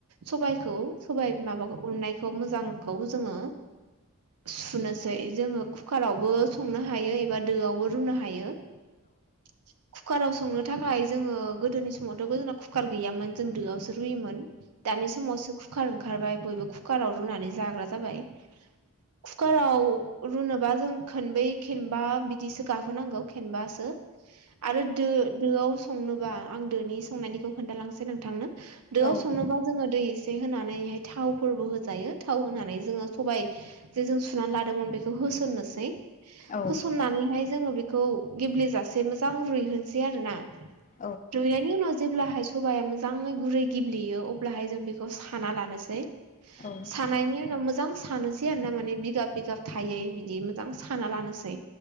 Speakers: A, on the right (about 85°); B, on the left (about 35°).
A: सबखौ स माबाखौ उननायखौ मोजांखौ जोङो। सुनोसै जोङो कुकारावबो संनो हायो एबा दोआवबो रुनो हायो। कुकाराव संनो थाखाय जोङो गोदोनि समावथ' गो जोंना कुकार गैयामोन। जों दोआवसो रुयोमोन दानि समावसो कुखारार ओंखारबाय बयबो कुकाराव रुनानै। जाग्रा जाबाय कुकाराव रुनोबा जों खनबै खेनबा बिदिसो गाहोनांगौ खेनबासो आरो दो दोआव। संनोबा आं दोनि संनायनिखौ खोन्थाालांसै नोंथांनो दोआव
B: औ
A: संनोबा
B: दे
A: जोङो दै एसे होनानै। बेहाय थावफोरबो होजायो थाव होनानै जोङो सबाय जे जों सुनानै लादोंमोन बेखौ होसननोसै
B: औ
A: होसननानैहाय जोङो बे गेब्लेेजासे मोजां रुसै आरो ना
B: औ
A: रुनायनि उनाव जे सबाया मोजाङै गुरै गिब्लेयो अब्लाहाय जों बेखौ साना लानोसै।
B: औ
A: सानायनि उनाव मोजां स सैा म बिाब बिगाब थायो बिदि मोजां साना लानोसै